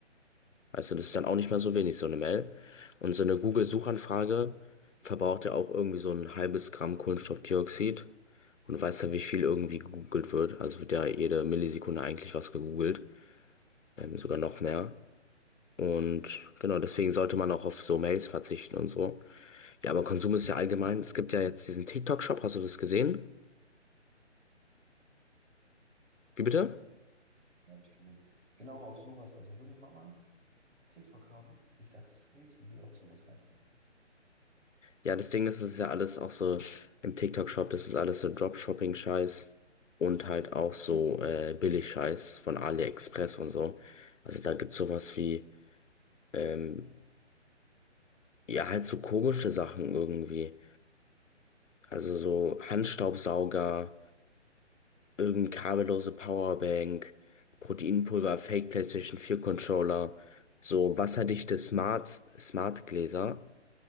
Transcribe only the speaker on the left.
Weißt du, das ist dann auch nicht mehr so wenig, so eine Mail. Und so eine Google-Suchanfrage verbraucht ja auch irgendwie so ein halbes Gramm Kohlenstoffdioxid. Und du weißt ja, wie viel irgendwie gegoogelt wird. Also wird ja jede Millisekunde eigentlich was gegoogelt. Ähm, sogar noch mehr. Und genau, deswegen sollte man auch auf so Mails verzichten und so. Ja, aber Konsum ist ja allgemein. Es gibt ja jetzt diesen TikTok-Shop, hast du das gesehen? Wie bitte?
Ja, das Ding ist, es ist ja alles auch so im TikTok-Shop, das ist alles so Dropshipping-Scheiß und halt auch so äh, Billig-Scheiß von AliExpress und so. Also da gibt's sowas wie, ähm, ja, halt so komische Sachen irgendwie. Also so Handstaubsauger, irgendeine kabellose Powerbank, Proteinpulver, Fake PlayStation 4 Controller, so wasserdichte Smart, Smart Gläser,